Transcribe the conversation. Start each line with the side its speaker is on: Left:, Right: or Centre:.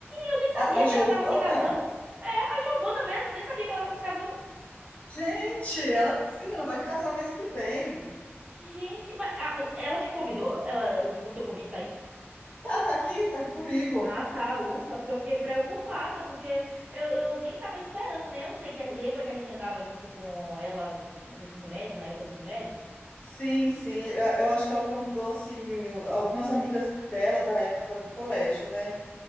Right: eu nem sabia
Left: A, a Giovana?
Right: que ela tava se casando. É, a Giovana mesmo, eu nem sabia que ela tava se casando.
Left: Gente, ela sim, ela vai casar mês que vem.
Right: Gente, mas a- ela te convidou? Ela, o, o seu convite tá aí?
Left: Tá, tá aqui, tá aqui comigo.
Right: Ah, tá, ufa, porque eu fiquei preocupada, porque eu, eu nem tava esperando, né? Eu sei que, a- lembra que a gente andava junto com ela no ensino médio, na época do ensino médio?
Left: Sim, sim, eu, eu acho que ela convidou, assim, algumas amigas dela da época do colégio, né?